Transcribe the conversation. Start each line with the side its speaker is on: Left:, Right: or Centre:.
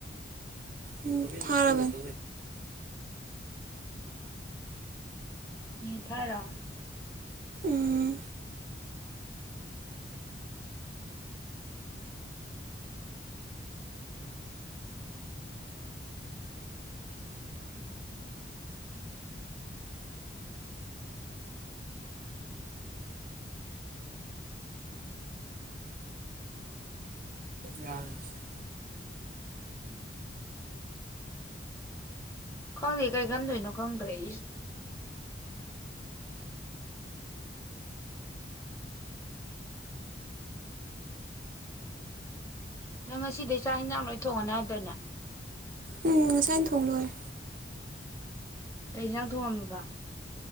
Right: ꯎꯝ ꯊꯔꯔꯕꯟ
Left: ꯌꯦꯊꯔꯣ
Right: ꯎꯝ ꯌꯥꯝꯁꯤ
Left: ꯈꯡ ꯀꯥꯏꯒꯟꯗꯣꯏꯅꯣ ꯈꯡꯗ꯭ꯔꯦ ꯏꯁꯨ ꯅꯡ ꯉꯁꯤꯗꯩ ꯆꯥꯛ ꯌꯦꯟꯁꯥꯡ ꯂꯣꯏ ꯊꯣꯡꯉꯅꯤ ꯍꯥꯏꯗꯅꯦ
Right: ꯎꯝ ꯉꯁꯥꯏꯅ ꯊꯣꯡꯂꯣꯏꯔꯦ
Left: ꯀꯩꯏꯟꯁꯡ ꯊꯣꯡꯉꯝꯃꯤꯕ